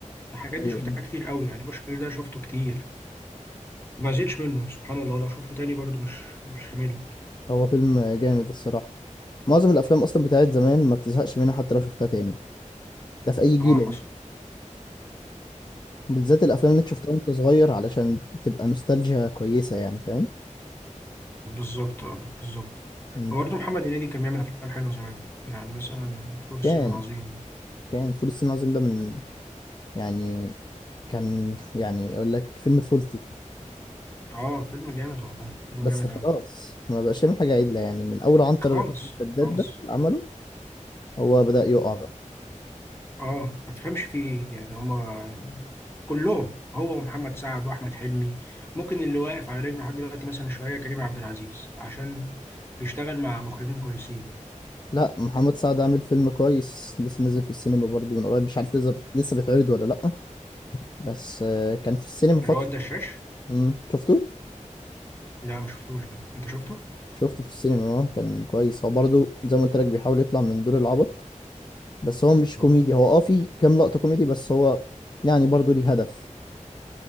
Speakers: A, on the left (about 20°); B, on the left (about 35°).
A: الحاجات
B: أيوة
A: دي شفتها كتير قوي يعني بوشكاش ده شفته كتير وما زهقتش منه سبحان الله لو شفته تاني برضو مش مش همل
B: هو فيلم جامد الصراحة معظم الأفلام أصلا بتاعت زمان ما بتزهقش منها حتى لو شفتها تاني ده في أي جيل
A: اه حصل
B: عموماً. بالذات الأفلام اللي أنت شفتها وأنت صغير علشان بتبقى نوستالجيا كويسة يعني فاهم
A: بالظبط اه بالظبط
B: مم.
A: وبرضه محمد هنيدي كان بيعمل افلام حلوه زمان يعني مثلا فول الصين
B: كان
A: العظيم
B: كان فول الصين العظيم ده من يعني كان يعني أقول لك فيلم طفولتي
A: اه فيلم جامد والله فيلم
B: بس
A: جامد
B: خلاص
A: قوي
B: ما بقاش يعمل حاجة عدلة يعني من أول عنتر
A: خالص
B: ابن شداد
A: خالص
B: ده اللي عمله هو بدأ يقع بقى
A: اه ما تفهمش فيه إيه. يعني هما كلهم هو ومحمد سعد واحمد حلمي ممكن اللي واقف على رجله لحد دلوقتي مثلا شويه كريم عبد العزيز عشان بيشتغل مع مخرجين كويسين
B: لا محمد سعد عامل فيلم كويس لسه نازل في السينما برضه من قريب مش عارف لسه لسه بيتعرض ولا لأ بس آه، كان في السينما فترة
A: اللي هو الدشاش
B: مم. شفته؟
A: لا ما شفتوش ده انت شفته
B: شفته في السينما اه كان كويس هو برضه زي ما قلت لك بيحاول يطلع من دور العبط بس هو مش كوميدي
A: اه
B: هو اه في كام لقطة كوميدي بس هو يعني برضه ليه هدف